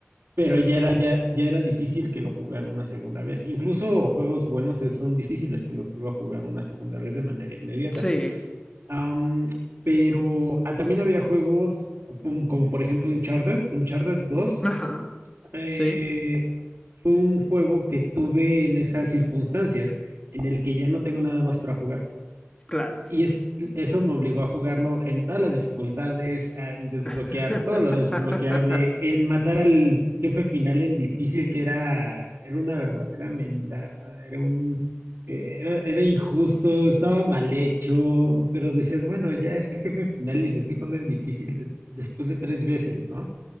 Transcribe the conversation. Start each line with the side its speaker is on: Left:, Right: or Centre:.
Right: pero ya era, ya, ya era difícil que lo jugara una segunda vez. Incluso juegos buenos es- son difíciles que los vuelva a jugar una segunda vez de manera inmediata.
Left: sí.
Right: Am, pero ah, también había juegos como, como por ejemplo Uncharted, Uncharted dos.
Left: Ajá,
Right: eh,
Left: sí,
Right: un juego que tuve en esas circunstancias, en el que ya no tengo nada más para jugar.
Left: claro.
Right: Y es, eso me obligó a jugarlo en todas las dificultades, a- en desbloquear
Left: <laughs>
Right: todo lo desbloqueable, en matar al jefe final en difícil, que era, era una verdadera mentada, era un, eh, era, era injusto, estaba mal hecho, pero decías, bueno, ya es el jefe final y lo estoy jugando en difícil de- después de tres veces, ¿no?